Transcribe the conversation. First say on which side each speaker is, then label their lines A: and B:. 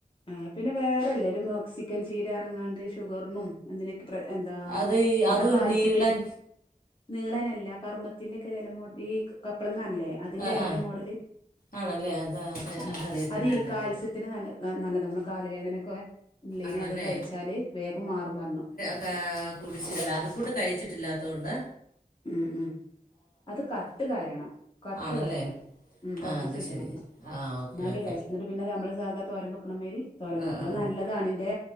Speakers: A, on the left (about 35°); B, on the left (about 75°).
A: ആഹ് പിന്നെ വേറെല്ല ഒരു മൊക്സിക്കൻ ചീര ഇർങ്ങാണ്ട് ഷുഗർനും എന്തിനൊക് പ്രെ എന്താ
B: അത് ഈ
A: നമ്മളെ
B: അതും ഒരു
A: കാൽസ്യത്തിനും
B: നീളൻ
A: നീളെനല്ല കർമ്മത്തിന്റെക്കെല ഒര് എല മോഡല് ഈക്ക് കപ്പളങ്ങ പർഞ്ഞില്ലേ അതിന്റെലെന്റെ
B: ആ ആ
A: മോഡല്
B: ആണല്ലേ അത് അത്
A: ഉം
B: അതറിയത്തില്ല
A: ഈ അതീ
B: എന്നെങ്കിൽ
A: കാൽസ്യ ത്തിന് നല്ല നല്ലതാ നമ്മള് കാല വേദനൊക്കെ ഇള്ളീനെ
B: ആണല്ലേ
A: അത് കഴിച്ചാല് വേഗം മാറും പറഞ്ഞു
B: ഏഹ് കുടിച്ച് അല്ല അതുകൂട്ട് കഴിച്ചിട്ടില്ലാത്തതോണ്ട്
A: ഉം ഉം അത് കട്ടുകളയണം കട്ട്കളയണം
B: ആണല്ലേ
A: ഉം തെളപ്പിച്ചൂറ്റണ്ണം
B: ആ അത് ശരി
A: ഒന്ന്
B: ആ ഓക്കെ
A: ഇന്നാലെ
B: ഓക്കെ
A: ടെസ്റ്റുള്ളൂ ഇന്ന്ട്ട് പിന്നെത് ഇമ്മള് സാധാ തോരം വെക്കണ മായിരി തോരംവെക്കാ
B: ആ ആ
A: അത്
B: ആ
A: നല്ലതാണ് ഇന്റെ